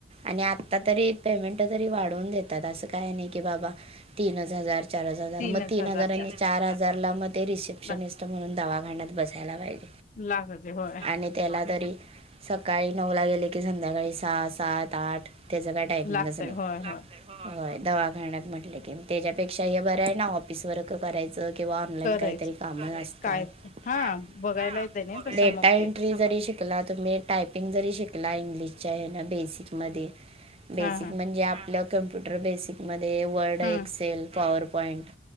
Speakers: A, on the right; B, on the left.
A: आणि आत्ता तरी पेमेंट तरी वाढवून देतात असं काय नाही की बाबा तीनच हजार चारच हजार
B: तीनच
A: मग तीन
B: हजारच्या
A: हजार आणि चार हजारला मग ते रिसेप्शनिस्ट
B: ला
A: म्हणून दवाखान्यात बसायला पाहिजे
B: लाखजे होय
A: आणि त्याला तरी सकाळी नऊ ला गेले की संध्याकाळी सहा सात आठ त्याच काय टायमिंगच
B: लागतय
A: नाही.
B: होय होय
A: होय दवाखाण्यात म्हटलं की त्याच्यापेक्षा हे बरं आहे ना ऑफिस वर्क करायच. च किंवा ऑनलाईन
B: करायचं
A: काहीतरी कामं असतात
B: काय हा बघायला
A: हा
B: येते नाही तसं
A: डे
B: मग ते
A: री जरी शिकला तुम्ही टायपिंग जरी शिकला इंग्लिशच्या हेन बेसिक मध्ये बेसिक
B: हा हा
A: म्हणजे आपल्या कम्प्युटर बेसिकमध्ये वर्ड एक्सेल
B: हम्म
A: पॉवर पॉईंट